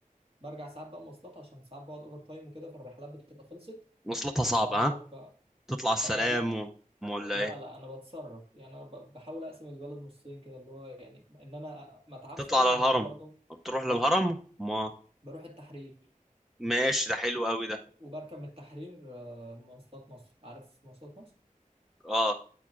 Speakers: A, on the right; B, in the centre.
A: برجع ساعات بقى مواصلات عشان ساعات بقعد اوفر تايم وكده فالرحلات بتبقى خلصت
B: وصلتها صعبة
A: بس ساعات بروح
B: ها
A: بقى
B: تطلع السلام
A: آه لا
B: و... أم ولا
A: لا
B: ايه
A: لا انا بتصرف يعني انا ب- بحاول اقسم البلد نصين كده اللي هو يعني ان انا ما اتعبش
B: تطلع
A: قوي
B: على
A: وبرضه
B: الهرم بتروح للهرم
A: لا
B: ما
A: بروح التحرير
B: ماشي ده حلو قوي ده
A: وبركب من التحرير آه، مواصلات مصر عارف مواصلات مصر
B: اه